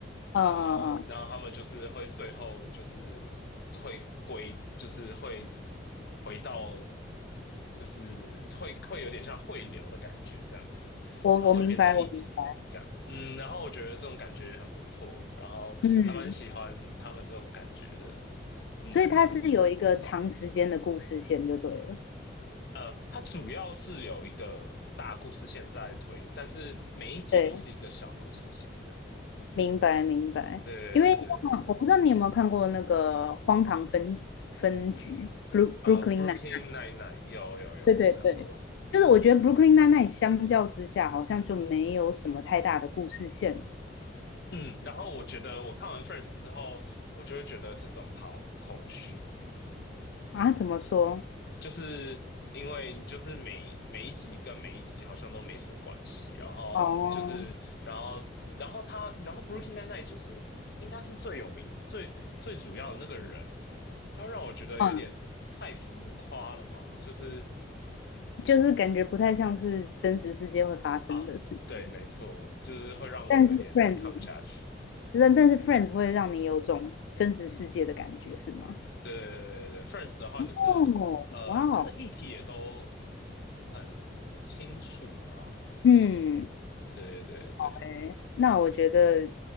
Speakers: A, on the left; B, on the left.
A: 嗯嗯嗯，
B: 然后，然后他们就是会最后就是会归，就是会回到，就是会会有点像汇流的感觉这样，
A: 我我明白，
B: 然后会变成一集这样，
A: 我明白。
B: 嗯，然后我觉得这种感觉很不错，然后还蛮喜欢他们这种感觉的，
A: 嗯，
B: 嗯，
A: 所以它是有一个长时间的故事线就对了。
B: 呃，它主要是有一个大故事线在推，但是每一集都是一个小故事线这样，
A: 对，明白明白。
B: 对对对对。
A: 因为像我不知道你有没有看过那个《荒唐分分局 b r o
B: 呃，Brooklyn
A: o k l y n n n
B: Nine-Nine 有有有，
A: 对对对，
B: 我看过。
A: 就是我觉得 Brooklyn Nine-Nine 相较之下，好像就没有什么太大的故事线
B: 嗯，然后我觉得我看完 f i r s t 之后，我就会觉得这种好空虚，
A: 啊。怎么说？
B: 就是因为你就是每每一集跟每一集好像都没什么关系，然后就是然后然后他然后
A: 哦，
B: Brooklyn Nine-Nine 就是应该是最有名最最主要的那个人，他让我觉得有点太浮夸了吗？
A: 嗯，
B: 就是
A: 就是感觉不太像是真实世界会发生的事情。
B: 啊，对，没错，就是会让我有点看不下去。
A: 但是 Friends，但但是 Friends 会让你有种真实世界的感觉，是吗？
B: 对对对对对，Friends 的话就是呃，
A: 哦，哇哦，
B: 它的议题也都很清楚嘛。
A: 嗯，
B: 嗯，对对对对
A: 哎，那我觉得，